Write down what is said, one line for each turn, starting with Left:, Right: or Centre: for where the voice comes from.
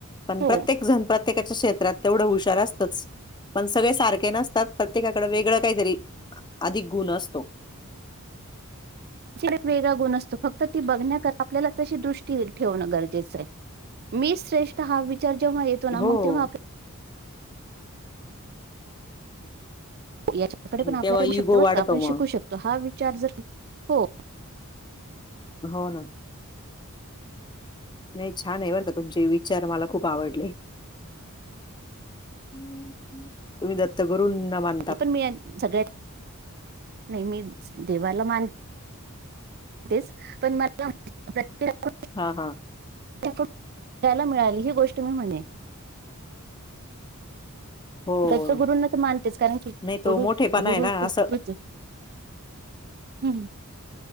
Left: पण
Right: हो
Left: प्रत्येक जण प्रत्येकाच्या क्षेत्रात तेवढं हुशार असतंच. पण सगळे सारखे नस तात. प्रत्येकाकडं वेगळं काहीतरी, अधिक गुण असतो.
Right: एक वेगळा गुण असतो फक्त, फक्त ती बघण्याकरता आपल्याला तशी दृष्टी एक ठेवणं गरजेचं आहे. मी श्रेष्ठ हा विचार जेव्हा येतो ना,
Left: हो.
Right: मग तेव्हा आप याच्याकडे
Left: आणि
Right: पण आपल्याला
Left: तेव्हा
Right: काही
Left: इगो
Right: मिळू शकतं बर
Left: वाढतो
Right: का, आपण
Left: मग.
Right: शिकू शकतो. हा विचार जर हो
Left: हो ना. नाही छान आहे बरं का, तुमचे विचार मला खूप आवडले. <inaudible> तुम्ही दत्त गुरूंना मान
Right: <unintelligible> नाही मी देवाला मानते <unintelligible>
Left: हा हा.
Right: <unintelligible> मिळाली ही गोष्ट मी म्हणून
Left: हो,
Right: दत्त गुरूंना तर मानतेच, कारण की
Left: नाही तो
Right: गुरु,
Left: मोठेपणा आहे
Right: गुरू
Left: ना
Right: तर
Left: असं
Right: तेचये. <inaudible> हम्म.